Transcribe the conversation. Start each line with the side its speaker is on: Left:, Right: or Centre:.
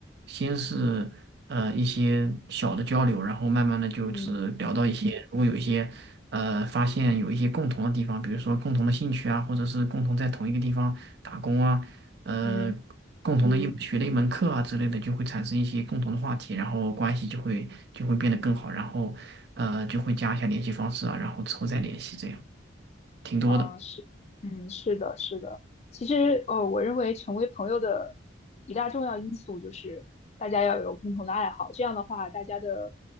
Right: 先是呃一些小的交流，然后慢慢的就是聊到一些，
Left: 嗯
Right: 如果有一些呃发现有一些共同的地方，比如说共同的兴趣啊，或者是共同在同一个地方打工啊，呃，
Left: 嗯。
Right: 共同的一嗯学的一门课啊之类的，就会产生一些共同的话题，然后关系就会就会变得更好，然后呃就会加一下联系方式啊，然后之后再联系，这样挺多的。
Left: 啊，是，嗯，是的，是的。其实，呃，我认为成为朋友的一大重要因素就是大家要有共同的爱好，这样的话，大家的，